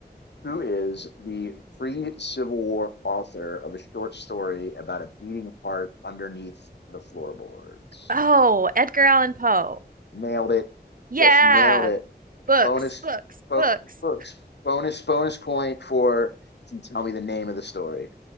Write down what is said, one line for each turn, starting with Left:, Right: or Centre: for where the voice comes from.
Left: who is the free Civil War author of a short story about a beating heart underneath the floorboards?
Right: Oh, Edgar Allan Poe.
Left: Nailed it.
Right: Yeah,
Left: Just nailed it.
Right: books,
Left: bonus
Right: books,
Left: bo-
Right: books.
Left: books bonus bonus point for you tell me the name of the story